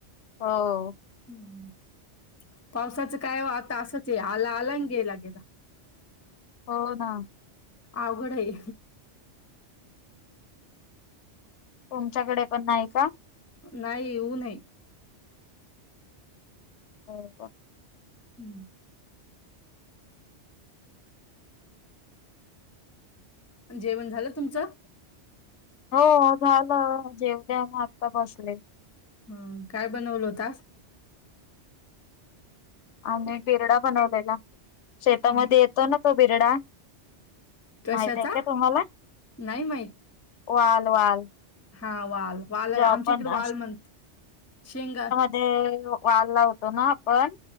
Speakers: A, on the left; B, on the left.
A: हो.
B: हम्म. पावसाचं काय आता असच ये आला आला आणि गेला गेला.
A: हो ना.
B: अवघड आहे.
A: तुमच्याकडे पण नाही का?
B: नाही ऊन आह.
A: हो.
B: हम्म. जेवण झालं तुमचं.
A: हो झालं जेवले मग आत्ता बसले.
B: हम् काय बनवल होत आज.
A: आमी बिरडा बनवलेला. शेतामध्ये
B: हं,
A: येतो ना तो बिरडा.
B: कशाचा?
A: माहित आहे का तुम्हाला
B: नाही माहित.
A: वाल वाल?
B: हा वाल वाल
A: जो
B: आमच्या
A: आपण
B: इकडे वाल म्हणत शेंगा
A: ते वाल लावतो ना आपण